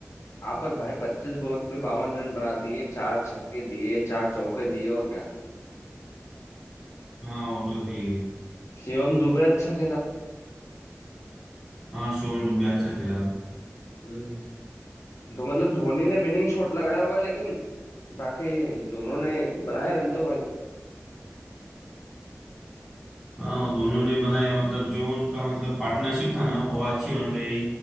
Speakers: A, on the left; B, in the centre.
A: हाँ पर भाई पच्चीस बॉल पे बावन रन बना दिए चार छक्के दिए चार चौके दिए और क्या
B: हाँ वो तो सही है
A: शिवम दुबे अच्छा खेला
B: हाँ शिवम डुबे अच्छा खेला
A: हम्म तो मतलब धोनी ने विनिंग शॉट लगाया होगा लेकिन बाकी दोनों ने बनाए रन तो भाई
B: हाँ वो दोनों ने बनाया मतलब जो उनका मतलब पार्टनरशिप था ना वो अच्छी बन गई